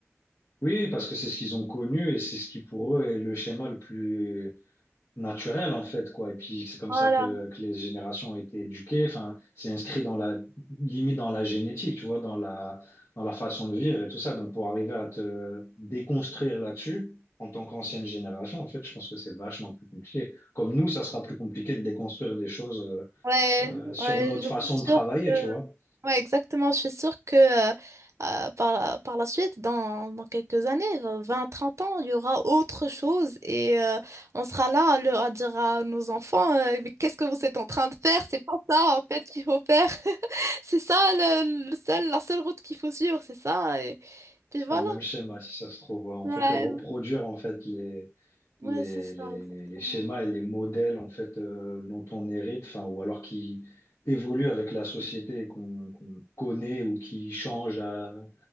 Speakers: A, on the left (about 75°); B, on the right (about 70°).
A: Oui, parce que c'est ce qu'ils ont connu et c'est ce qui pour eux est le schéma le plus naturel en fait quoi et puis c'est comme
B: Voilà.
A: ça que, que les générations ont été éduquées enfin c'est inscrit dans la limite dans la génétique tu vois dans la dans la façon de vivre et tout ça donc pour arriver à te déconstruire là-dessus en tant qu'ancienne génération en fait je pense que c'est vachement plus compliqué comme nous ça sera plus compliqué de déconstruire des choses euh,
B: Ouais,
A: euh, sur
B: ouais,
A: notre
B: je
A: façon
B: suis
A: de travailler
B: sûre que...
A: tu vois
B: Ouais, exactement, je suis sûre que euh, euh, par, par la suite, dans, dans quelques années, vingt, trente ans, il y aura autre chose et euh, on sera là à, le- à dire à nos enfants, euh, mais qu'est-ce que vous êtes en train de faire? C'est pas ça, en fait, qu'il faut faire. <laughs> C'est ça, le, le seul, la seule route qu'il faut suivre, c'est ça. Et puis voilà.
A: Ah, le même schéma, si ça se trouve. ouais. On
B: Ouais,
A: fait que reproduire en fait les,
B: ouais,
A: les,
B: c'est ça,
A: les,
B: exactement.
A: les, les schémas et les modèles en fait euh, dont on hérite, enfin, ou alors qui évoluent avec la société et qu'on qu'on connaît ou qui changent à,